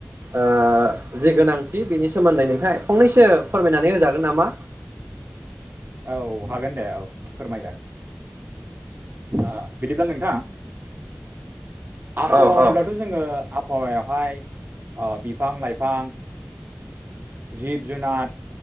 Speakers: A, on the right; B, on the right.
A: ओ जि गोनांथि बिनि सोमोन्दै नों फाय फंनैसो फोरमायनानै होजागोन नामा
B: औ हागोन दे औ फोरमायजागोन आ बिदिब्ला नोंथां आबहावा
A: औ
B: होनोब्लाथ
A: औ
B: जोङो आबहावायावहाय ओ बिफां लाइफां जिब जुनार